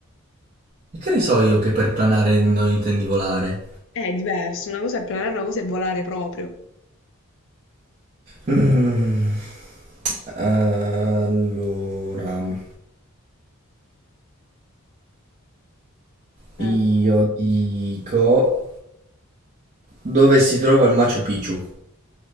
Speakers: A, on the right; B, on the left.
A: E che ne so io che per planare non intendi volare?
B: È diverso, una cosa è planare, una cosa è volare proprio.
A: Mm. Allora,
B: Eh,
A: io dico dove si trova il Machu Picchu?